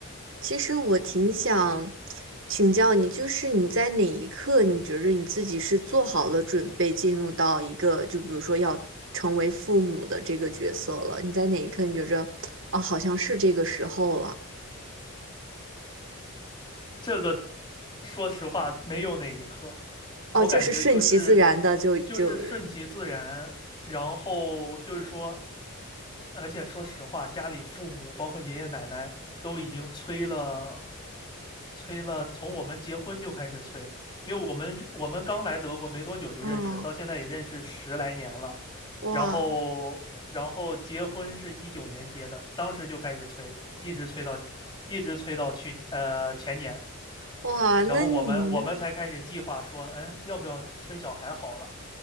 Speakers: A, on the right; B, on the left.
A: 其实我挺想请教你，就是你在哪一刻，你觉着你自己是做好了准备进入到一个，就比如说要成为父母的这个角色了？你在哪一刻你觉着，啊，好像是这个时候了，
B: 这个说实话没有哪一刻，
A: 哦，
B: 我感觉就是
A: 就是顺其自然的就就，
B: 就是顺其自然，然后就是说，而且说实话，家里父母包括爷爷奶奶都已经催了，催了，从我们结婚就开始催，因为我们是我们刚来德国没多久就认识，
A: 哦，
B: 到现在也认识十来年了，
A: 哇
B: 然后然后结婚是一九年结的，当时就开始催，一直催到一直催到去呃前年，
A: 哇，
B: 然后我们我们才开始计划说，
A: 那你。
B: 哎，要不要生小孩好了？